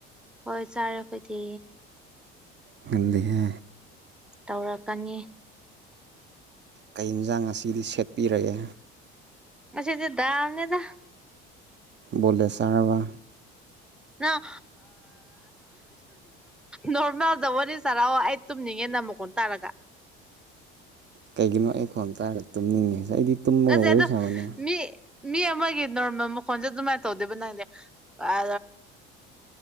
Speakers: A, in the centre; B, on the right.
A: ꯍꯣꯏ ꯆꯥꯔꯦ ꯑꯩꯈꯣꯏꯗꯤ
B: ꯉꯜꯂꯤꯍꯦ
A: ꯇꯧꯔꯛꯀꯅꯤ
B: ꯀꯩ ꯏꯟꯁꯥꯡ ꯉꯁꯤꯗꯤ ꯁꯦꯠꯄꯤꯔꯒꯦ
A: ꯉꯁꯤꯗꯤ ꯗꯥꯜꯅꯦꯗ
B: ꯕꯣꯂꯦꯁ ꯆꯥꯔꯕꯥ
A: ꯅꯪ ꯅꯣꯔꯃꯦꯜꯗ ꯋꯥꯔꯤ ꯁꯥꯔꯛꯑꯣ ꯇꯨꯝꯅꯤꯡꯉꯦ ꯅꯪ ꯃꯈꯣꯟ ꯇꯥꯔꯒ
B: ꯀꯩꯒꯤꯅꯣ ꯑꯩ ꯈꯣꯟ ꯇꯔꯒ ꯇꯨꯝꯅꯤꯡꯉꯦꯁꯦ ꯑꯩꯗꯤ ꯇꯨꯝꯃꯒ
A: ꯅꯠꯇꯦ
B: ꯋꯥꯔꯤ
A: ꯑꯗꯣ
B: ꯁꯥꯕꯅꯦ
A: ꯃꯤ ꯃꯤ ꯑꯃꯒꯤ ꯅꯣꯔꯃꯦꯜ ꯃꯈꯣꯟꯁꯦ ꯑꯗꯨꯃꯥꯏꯅ ꯇꯧꯗꯦꯕ ꯅꯪꯗꯤ ꯑ